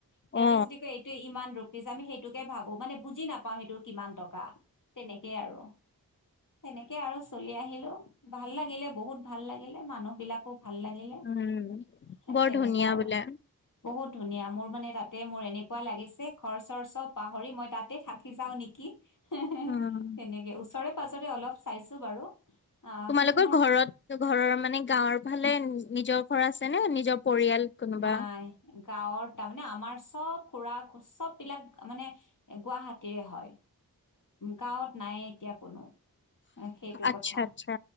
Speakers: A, on the left (about 55°); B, on the left (about 35°).
A: সিহঁতে
B: অ
A: যদি কয় এইটো ইমান ৰূপ পিচ আমি সেইটোকে ভাবো মানে বুজি নাপাও সেইটো কিমান টকা তেনেকেই আৰু। সেনেকে আৰু চলি আহিলো ভাল লাগিলে বহুত ভাল লাগিলে মানুহ বিলাকো ভাল লাগিলে
B: উম
A: সে
B: বৰ
A: তেনেকা
B: ধুনীয়া
A: আৰু
B: বোলে
A: বহুত ধুনীয়া মোৰ মানে তাতে মোৰ এনেকুৱা লাগিছে ঘৰ চৰ চব পাহৰি মই তাতে থাকি যাও নিকি। হে -হে
B: উম
A: তেনেকে ওচৰে-পাজৰে অলপ চাইছো বাৰু। আহ
B: তোমালোকৰ
A: কিন্তু মোৰ
B: ঘৰত ঘৰৰ মানে গাঁৱৰ ফালে নিজৰ ঘৰ আছে নে নিজৰ পৰিয়াল কোনোবা
A: নাই গাঁৱৰ টা মানে আমাৰ চব খুৰা চব বিলাক মানে গুৱাহাটীৰে হয়। গাঁৱত নাই এতিয়া কোনো। সেইটো
B: আচ্ছা
A: কথা
B: আচ্ছা